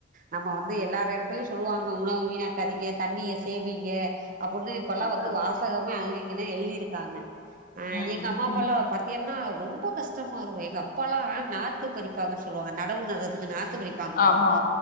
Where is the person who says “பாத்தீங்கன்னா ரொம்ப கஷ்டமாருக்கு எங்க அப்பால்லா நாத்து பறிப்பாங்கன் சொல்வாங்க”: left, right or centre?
Right